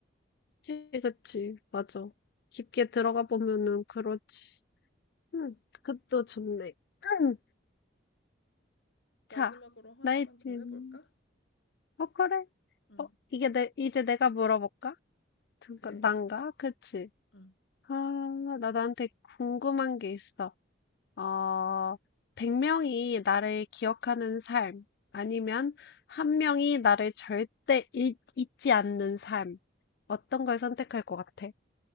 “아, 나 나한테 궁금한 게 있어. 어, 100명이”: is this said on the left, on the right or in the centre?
Left